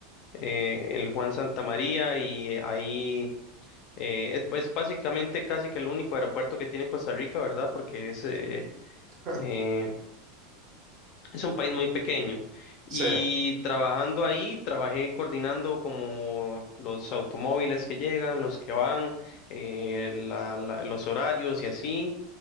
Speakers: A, on the left (about 35°); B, on the right (about 25°).
A: eh, el Juan Santa María, y ahí eh, es pues básicamente casi que el único aeropuerto que tiene Costa Rica, ¿verdad? Porque es eh,
B: <laughs>
A: eh,
B: Ah,
A: Es un país muy pequeño y
B: Sí.
A: trabajando ahí, trabajé coordinando como los automóviles que llegan, los que van, eh, la- la- los horarios y así,